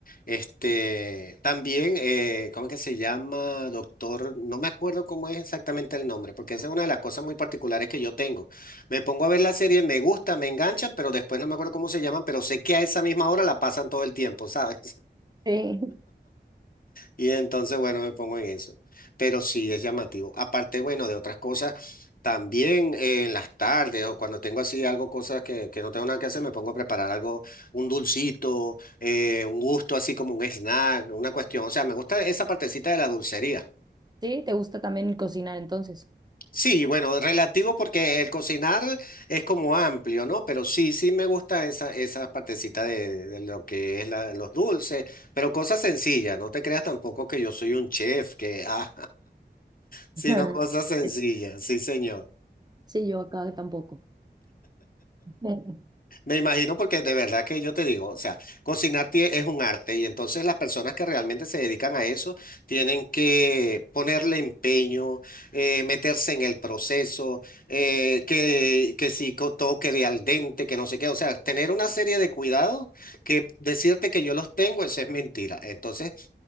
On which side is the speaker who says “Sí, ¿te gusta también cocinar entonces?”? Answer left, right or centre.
Right